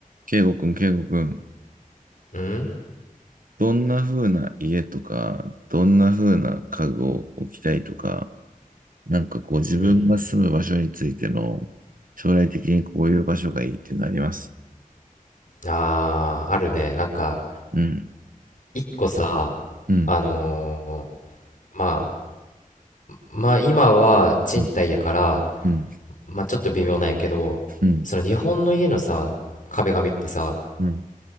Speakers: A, on the right (about 70°); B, on the left (about 65°).
A: ケイゴくん、ケイゴくん、
B: うん
A: どんな風な家とか、どんな風な家具を置きたいとか、なんかこう自分が住む場所についての将来的にこういう場所がいいっていうのあります。
B: うん。ああ、あるね。なんか、
A: うん、
B: 一個さ、
A: うん、
B: あのーまあ、まあ今は賃貸やから、
A: うん、うん、
B: まあちょっと微妙なんやけど、
A: うん、
B: その日本の家のさ、壁紙ってさ、
A: うん、